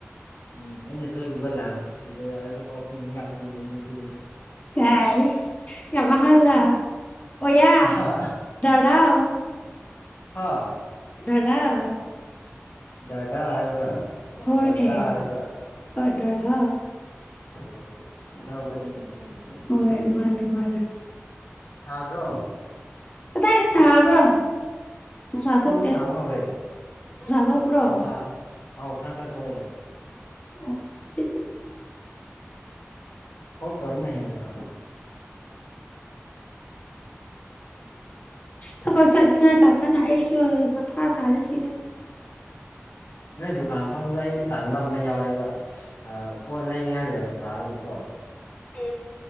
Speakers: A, on the left; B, on the left.
A: ꯎꯝ ꯑꯩꯅ ꯁꯣꯏꯈꯤꯕ ꯂꯥꯈ꯭ꯈꯤꯕ ꯌꯥꯎꯔꯁꯨ ꯀꯣꯄꯤꯤꯅꯤ ꯉꯥꯛꯄꯤꯅꯤ ꯅꯤꯡꯁꯤꯡꯉꯤ
B: ꯇꯁ ꯌꯥꯃ ꯍꯜꯂ ꯑꯣ ꯌꯥ
A: ꯑꯍꯥ
B: ꯗꯥꯎ
A: ꯍꯥ
B: ꯂꯗꯥ
A: ꯗꯔꯗꯥ ꯍꯥꯏꯕ꯭ꯔꯥ
B: ꯍꯣꯏꯅꯦ
A: ꯗꯔꯗꯥ ꯍꯥꯏꯕ꯭ꯔꯥ
B: ꯍꯣꯏ ꯗꯥꯗꯥ
A: ꯑꯣ ꯅꯅꯥꯕꯅꯤꯅꯤ ꯅꯪ ꯂꯣꯁꯨ
B: ꯍꯣꯏ ꯃꯥꯅꯦ ꯃꯥꯅꯦ
A: ꯁꯥꯗ꯭ꯔꯣ
B: ꯀꯗꯥꯏꯗ ꯁꯥꯕ꯭ꯔꯣ ꯎꯨꯝꯁꯥ
A: ꯑꯩꯈꯣꯏꯗꯤ
B: ꯊꯣꯛꯣꯛꯀꯦ
A: ꯁꯥꯕ ꯍꯧꯔꯦ
B: ꯎꯨꯝꯁꯥꯊꯣꯛꯄ꯭ꯔꯣ
A: ꯅꯨꯡꯁꯥ ꯑꯧ ꯈꯔ ꯈꯔ ꯊꯣꯛꯑꯦ
B: ꯑꯣ ꯁꯤꯦ
A: ꯊꯣꯛꯇꯕꯅ ꯍꯦꯟꯅ ꯐꯕꯅꯤ
B: ꯊꯕꯛ ꯆꯠꯅꯤꯡꯉꯥꯏ ꯇꯃꯅ ꯑꯩꯁꯨ ꯃꯊꯥ ꯁꯥꯥꯔꯦ ꯁꯤꯔꯦ
A: ꯅꯣꯏ ꯗꯨꯀꯥꯟ ꯃꯐꯝꯗꯣ ꯑꯩꯗꯤ ꯇꯥꯟꯕ ꯑꯃ ꯌꯥꯎꯋꯦꯕ ꯄꯣꯠ ꯂꯩꯅꯤꯉꯥꯏ ꯂꯥꯛꯔꯒꯀꯣ
B: ꯎꯝ